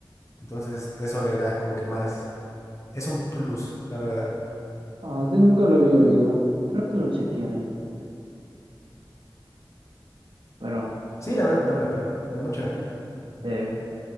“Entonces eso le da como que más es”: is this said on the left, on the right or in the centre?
Left